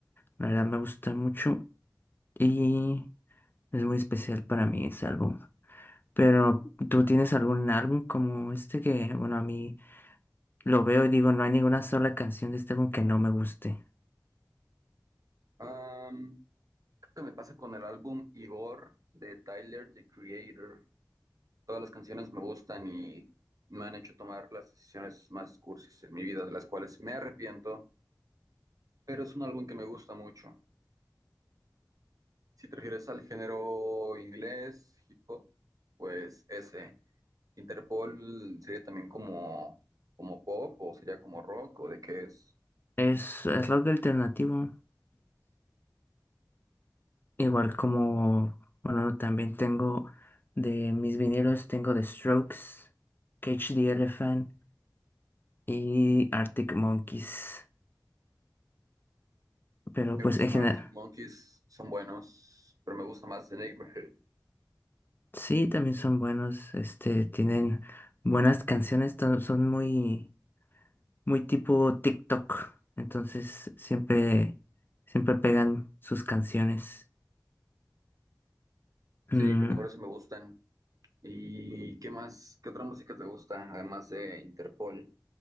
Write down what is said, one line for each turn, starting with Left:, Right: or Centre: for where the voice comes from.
Left: la verdad me gusta mucho y es muy especial para mí ese álbum. Pero tú tienes algún álbum como este que, bueno, a mí lo veo y digo, no hay ninguna sola canción de este álbum que no me guste.
Right: Am, creo que me pasa con el álbum Igor de Tyler, The Creator. Todas las canciones me gustan y me han hecho tomar las decisiones más cursis en mi vida, de las cuales me arrepiento, pero es un álbum que me gusta mucho. Si te refieres al género inglés, hip hop, pues ese. Interpol sería también como, como pop o sería como rock o de qué es.
Left: Es, es rock alternativo. Igual como, bueno, también tengo de mis vinilos, tengo The Strokes, Cage the Elephant y Arctic Monkeys. Pero
Right: Me
Left: pues
Right: gusta
Left: en general,
Right: Arctic Monkeys, son buenos, pero me gusta más The Neighborhood.
Left: sí, también son buenos, este, tienen buenas canciones, tan- son muy, muy tipo TikTok. Entonces siempre, siempre pegan sus canciones.
Right: Sí,
Left: Mm,
Right: creo que por eso me gustan. ¿Y qué más? ¿Qué otra música te gusta además de Interpol?